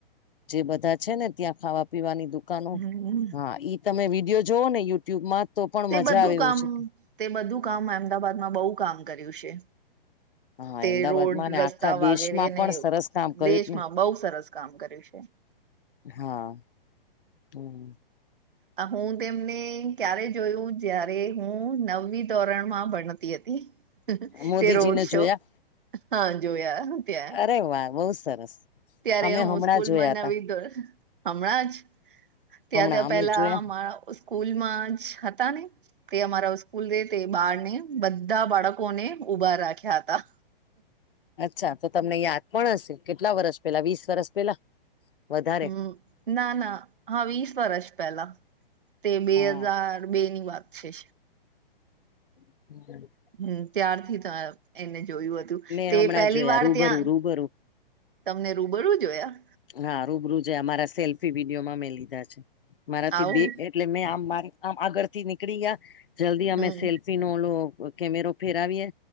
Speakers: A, on the left; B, on the right.
A: જે બધા છે ને ત્યાં ખાવા પીવાની દુકાનો
B: હમ
A: હા ઈ તમે વિડીિયો જોવ ને યુટ્યુબમાં તો પણ
B: તે
A: મજા
B: બધું
A: આવે
B: કામ
A: એું છે
B: તે બધું કામ અમદાબાદમાં બહુ કામ કર્યું છે
A: હા
B: તે
A: અમદાવાદમાં
B: રોડ
A: ને
B: રસ્તા
A: આખા
B: વાગેરેને
A: દેશમાં પણ સરસ કામ કર્યું
B: દેશમાં
A: ને
B: બહ સરસ કામ કર્યું છે
A: હા હમ
B: આ હું તેમને ક્યારે જોયું જય્યારે હું નવમ ધોરણમાં ભણતી હતી
A: મોદીજીને
B: તે રોડ શો
A: જોયા
B: હા જોયા ત આ
A: અરે વાહ બહુ સરસ
B: ત્યારે
A: અમે
B: હું
A: હમણાં
B: સ્કૂલ
A: જોયા
B: માં નાવીધો
A: હતા
B: હમણાં જ ત્યાં
A: હમણાં
B: ત્યાં
A: અમે
B: પેલા
A: જોયા
B: અમારા. સ્કૂલમાં જ હતા ને તે અમારા સ્કૂલ. બાર ને બધા બાળકોને ઉઊભા રાખ્યા હતા.
A: અચ્છા તો તમને યાદ પણ હશે કેટલા વરસ પેલા વીસ વરસ પેલા. વધારે.
B: હમ ના ના હા વીસ વર્ષ પહેલા તે બે
A: હા
B: હજાર બે ની વાત છે.
A: હમ.
B: હમ ત્યારથી એને જોયું હતું
A: મેં
B: તે
A: હમણાં
B: પહેલી
A: જોયા
B: વાર
A: રૂબરૂ
B: ત્યાં.
A: રૂબરૂ
B: તમને રૂબરું જોયા.
A: હા રૂબરૂ છે મારા સેલ્ફી વિડીયોમાં મેં લીધા છે મારાથી
B: આવું
A: બે. એટલે મેં આમ મારી આમ આગળ થી નીકળી ગયા જલ્દી અમે
B: હમ
A: સેલ્ફી નો ઓ. કેમેરો ઓ ફેરાવી એ.